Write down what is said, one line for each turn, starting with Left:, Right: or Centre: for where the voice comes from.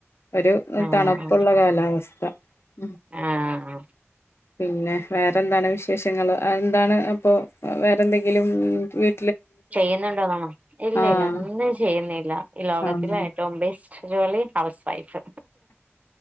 Left: ഒരു
Right: ആഹ്
Left: തണുപ്പുള്ള കാലാവസ്ഥ <unintelligible>
Right: ആഹ്
Left: പിന്നെ വേറെന്താണ് വിശേഷങ്ങള് അഎന്താണ് അപ്പോ വേറെന്തെങ്കിലും വി
Right: ചെയ്യുന്നുണ്ടോ ന്നാണോ? ഇല്ല
Left: ആഹ്
Right: ഇല്ല ഒന്നും ചെയ്യുന്നില്ല ഈ ലോകത്തിലെ
Left: ആഹ്
Right: ഏറ്റവും ബെസ് റ്റ് ജോലി ഹൗസ് വൈഫ്.